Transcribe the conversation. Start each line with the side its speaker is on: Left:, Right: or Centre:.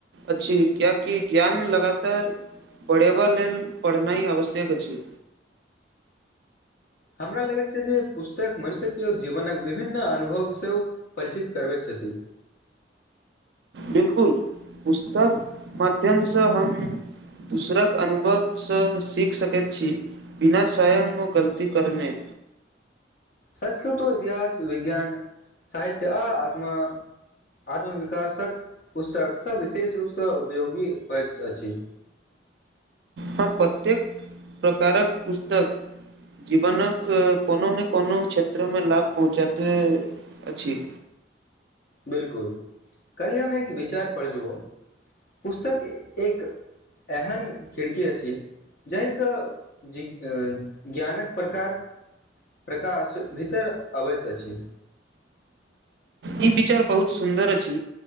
Right: अच्छी क्यकि ज्ञान लगातार पढ़ेब लेल पढ़ना ह आवश्यक अछि
Left: हमरा लगै छै जे पुस्तक मनुष्य केओ जीवन विभिन्न अनुभव सेहो परिचित करबैत छथि
Right: बिलकुल पुस्तक माध्यम सँ हम दूसरक अनुभव सँ सीख सकैत छी बिना सयं गलती करने
Left: सच कहू तो इतिहास विज्ञान साहित्य आ आत्म आत्मविकासक पुस्तक सभ विशेष रूपसँ उपयोगी होइत अछि <inaudible>
Right: हँ प्रत्येक प्रकारक पुस्तक जीवनक कोनो ने कोनो क्षेत्र मे लाभ पहुँचइत अछि
Left: बिलकुल कलहि हम एक विचार पढ़ लू हो पुस्तक एक एहन खिड़की अछि जाहिसँ जि ज्ञानक प्रकार प्रकाश भीतर अबैत अछि
Right: ई विचार बहुत सुन्दर अछि